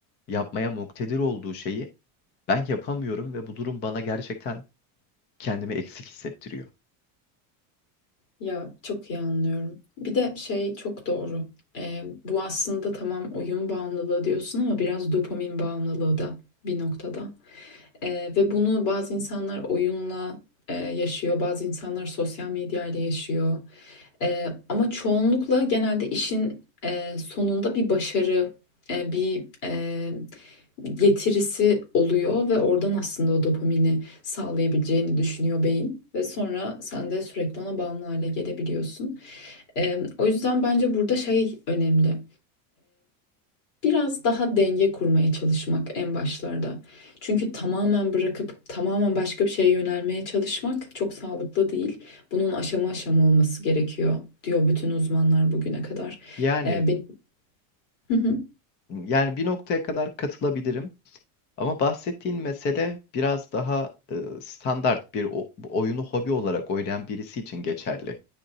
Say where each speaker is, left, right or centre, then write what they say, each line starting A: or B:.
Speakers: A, on the left; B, on the left.
A: yapmaya muktedir olduğu şeyi ben yapamıyorum ve bu durum bana gerçekten kendimi eksik hissettiriyor.
B: Ya çok iyi anlıyorum. Bir de şey çok doğru. Ee, bu aslında tamam oyun bağımlılığı diyorsun ama biraz dopamin bağımlılığı da bir noktada. Ee, ve bunu bazı insanlar oyunla e, yaşıyor, bazı insanlar sosyal medyayla yaşıyor. Ee, ama çoğunlukla genelde işin e, sonunda bir başarı, e, bir e, getirisi oluyor ve oradan aslında o dopamini sağlayabileceğini düşünüyor beyin. Ve sonra sen de sürekli ona bağımlı hale gelebiliyorsun. Ee, o yüzden bence burada şey önemli. Biraz daha denge kurmaya çalışmak en başlarda. Çünkü tamamen bırakıp tamamen başka bir şeye yönelmeye çalışmak çok sağlıklı değil. Bunun aşama aşama olması gerekiyor diyor bütün uzmanlar bugüne kadar.
A: Yani
B: Ee, benim Hı hı,
A: Yani bir noktaya kadar katılabilirim ama bahsettiğin mesele biraz daha e, standart bir o- bu oyunu hobi olarak oynayan birisi için geçerli.